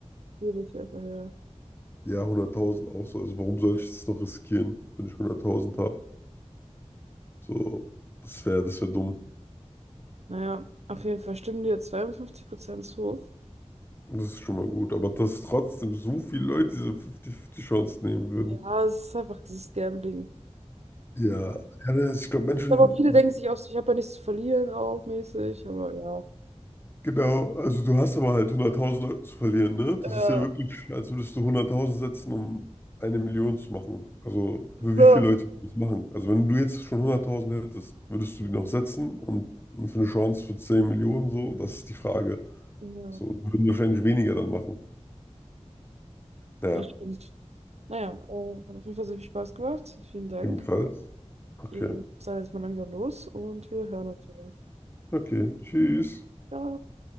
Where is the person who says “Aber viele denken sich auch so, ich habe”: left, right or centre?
Right